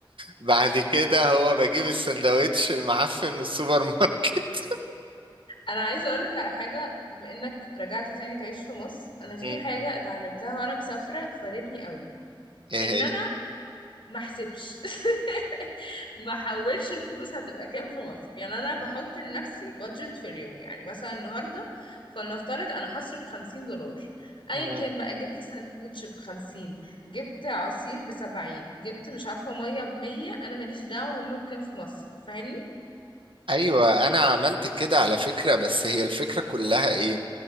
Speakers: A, on the right; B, on the left.
A: بعد كده هو بجيب السندوتش المعفن من السوبر ماركت
B: انا عايزه اقول لك على حاجه بما انك رجعت تاني تعيش في مصر انا في
A: مم.
B: حاجه اتعلمتها وانا مسافره فادتني قوي
A: ايه
B: ان
A: هي
B: انا ما احسبش <laughs> ما احولش الفلوس هتبقى كام في مصر يعني انا بحط لنفسي بادجت في اليوم يعني مثلا النهارده فلنفترض انا هصرف 50 دولار ايا
A: مم.
B: كان بقى جبت ساندوتش ب 50 جبت عصير ب 70 جبت مش عارفه ميه ب 100 انا ماليش دعوه هما بكام في مصر فاهمني
A: ايوه انا عملت كده على فكرة بس هي الفكرة كلها ايه